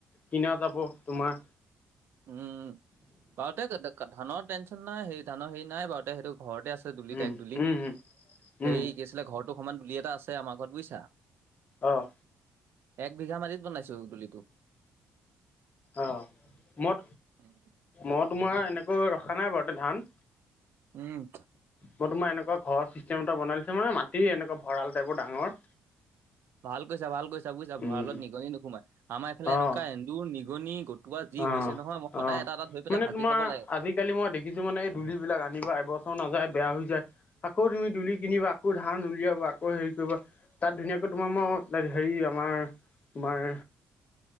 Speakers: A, on the left (about 35°); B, on the right (about 60°).
A: কিনা যাব তোমাৰ
B: উম পাওঁতে <unintelligible> ধানৰ টেনশ্যন নাই হে ধানৰ হেৰি নাই বাৰু তে সেইটো ঘৰতে আছে দুলিত
A: উম,
B: এক দুলি।
A: উম, উম,
B: হেৰি
A: উম,
B: কি আছিলে ঘৰটো সমান দুলি এটা আছে আমাৰ ঘৰত বুইছা।
A: অহ
B: এক বিঘাত মাটিত বনাইছোঁ। গুলীটো
A: অহ, মই
B: উম।
A: মই তোমাৰ এনেকৈ ৰখা নাই বাৰু তে ধান।
B: উম,
A: মই তোমাৰ এনেকুৱা ঘৰ চিষ্টেম এটা বনাই দিছো মানে মাটি এনেকুৱা ভৰাল টাইপৰ ডাঙৰ।
B: ভাল কৰিছা ভাল কৰিছা বুইছা
A: উম,
B: ভঁৰালত নিগনি নোসোমাই আমাৰ এইফালে
A: অ',
B: এনেকুৱা হন্দুৰ নিগনি তোমাৰ যি
A: অ',
B: হৈছে নহয় মই
A: অ'।
B: সদায় এটা-এটা ধৰি পেলাই
A: মানে
B: ভাজি
A: তোমাৰ
B: খাব লাগে।
A: আজিকালি মই দেখিছো মানে এই দুলি বিলাক আনিবা এবছৰো নাযায় বেয়া হৈ যায়। আকৌ তুমি দুলি কিনিবা আকৌ ধান উলিয়াবা আকৌ হেৰি কৰিবা তাত ধুনীয়াকৈ তোমাৰ মই হেৰি আমাৰ তোমাৰ